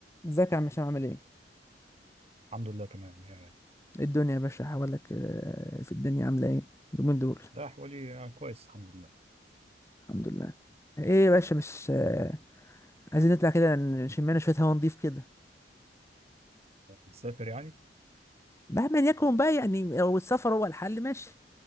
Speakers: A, on the left (about 15°); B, on the right (about 35°).
A: ازيك يا عم هشام عامل ايه؟
B: الحمد لله تمام يعني
A: إيه الدنيا يا باشا حوالك آه، في الدنيا عاملة ايه؟ اليومين دول
B: ده حوالي آه، كويس الحمد لله
A: الحمد لله ايه يا باشا مش آه، عايزين نطلع كده نشمنا شوية هوا نضيف كده
B: مسافر يعني
A: مهما يكون بقى يعني لو السفر هو الحل ماشي